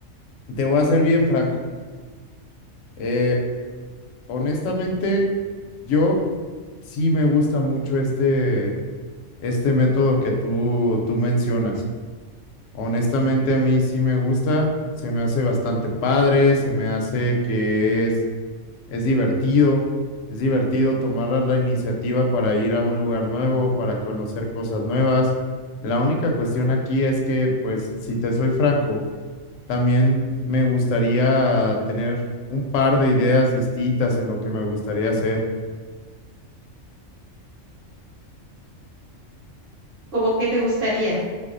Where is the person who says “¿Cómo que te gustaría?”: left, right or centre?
Right